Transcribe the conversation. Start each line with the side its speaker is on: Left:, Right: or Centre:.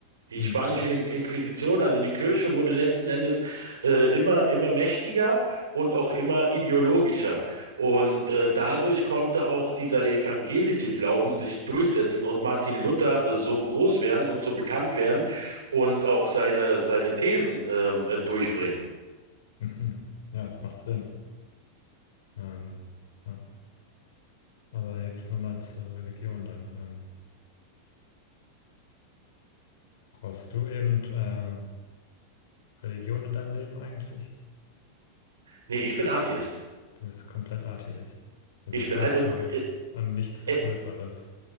Right: Die
Left: Hm.
Right: spanische In- Inquisition, also die Kirche, wurde letzten Endes äh, immer, immer mächtiger und auch immer ideologischer. Und äh, dadurch konnte auch dieser evangelische Glauben sich durchsetzen und Martin Luther äh, so groß werden und so bekannt werden, und auch seine, seine Thesen ähm, äh, durchbringen.
Left: Mhm. Ja, das macht Sinn. Ähm, ja. Aber jetzt nochmal zur Religion dann. Ähm, Brauchst du eben äh, Religion in deinem Leben eigentlich?
Right: Nee, ich bin Atheist.
Left: Du bist komplett Atheist. Also
Right: Ich
Left: glaubst
Right: bin, also,
Left: du
Right: äh,
Left: an nichts
Right: äh,
Left: Größeres?